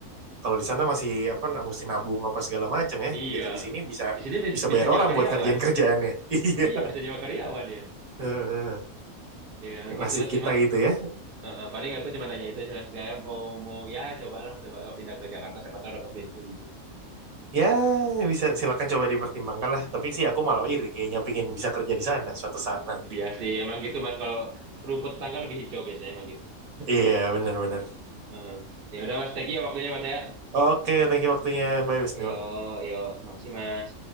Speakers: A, on the right; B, on the right.
A: kalau di sana masih apa na- mesti nabung apa segala macam ya.
B: Iya.
A: Begitu di sini bisa
B: Di sini bis-
A: bisa
B: bisa
A: bayar
B: nyewa
A: orang
B: karyawan.
A: buat ngerjain kerjaannya. <laughs> Iya.
B: Iya, bisa nyewa karyawan ya.
A: Heeh.
B: Ya, gitulah
A: Nasib
B: sih,
A: kita
B: Mas.
A: gitu ya.
B: Heeh, paling aku cuma nanya itu sih mas kayak mau mau ya cobalah coba kalau pindah ke Jakarta siapa tahu dapat gaji dua digit.
A: Ya bisa silakan coba dipertimbangkan lah. Tapi sih aku malah iri kayaknya pingin bisa kerja di sana suatu saat nanti.
B: Iya sih emang gitu mas kalau rumput tetangga lebih hijau biasanya emang gitu.
A: Iya, benar-benar.
B: Heeh. ya udah mas thank you ya waktunya mas ya.
A: Oke, thank you waktunya. Bye, Wisnu.
B: Yo yo makasih mas.